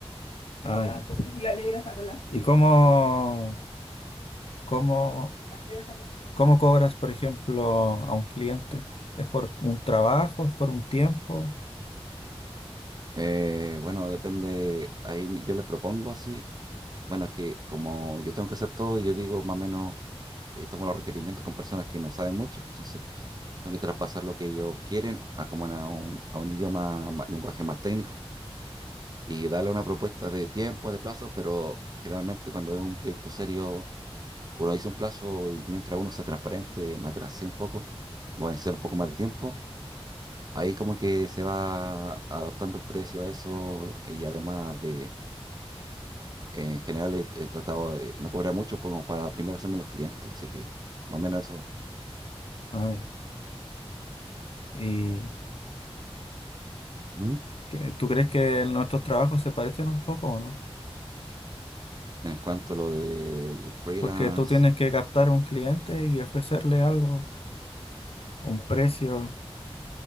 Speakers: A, on the left; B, on the right.
A: Ah, ya. la ¿Y cómo, cómo, cómo cobras, por ejemplo, a un cliente? ¿Es por un trabajo? ¿Es por un tiempo?
B: Eh, bueno, depende, ahí mi- yo les propongo así, bueno, es que como yo tengo que hacer todo, yo digo más o menos, eh, tomo los requerimientos con personas que no saben mucho, entonces tengo que traspasar lo que ellos quieren a como una- a un, a un idioma, ma- lenguaje más técnico y darle una propuesta de tiempo, de plazos, pero generalmente cuando es un proyecto serio o lo hice un plazo y mientras uno sea transparente, me atrasé un poco, voy a necesitar un poco más de tiempo. Ahí como que se va adaptando el precio a eso y además de, en general he, he tratado de no cobrar mucho como para primero hacerme los clientes, así que más o menos eso. va.
A: Ay, ¿y
B: Ujú.
A: qué- tú crees que nuestros trabajos se parecen un poco o no?
B: En cuanto a lo del freelance,
A: Porque tú tienes que captar a un cliente y ofrecerle algo, un precio.